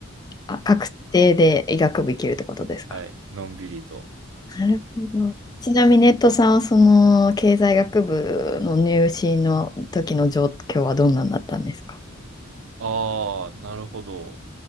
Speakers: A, on the left; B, on the right.
A: あ、確定で医学部行けるってことですか
B: はい。のんびりと。
A: なるほど。ちなみにネットさんはその経済学部の入試の時の状況はどんなんだったんですか
B: ああ、なるほど。